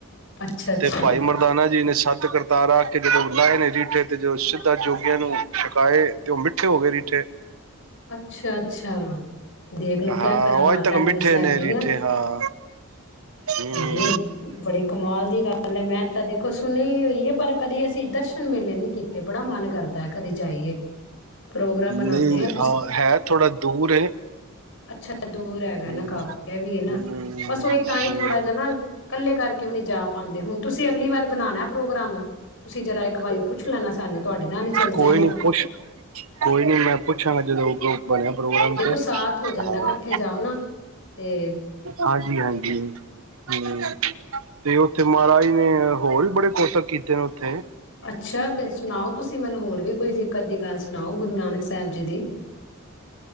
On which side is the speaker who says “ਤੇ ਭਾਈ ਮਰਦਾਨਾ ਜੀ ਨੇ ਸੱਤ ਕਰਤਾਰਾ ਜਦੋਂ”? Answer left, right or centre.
Right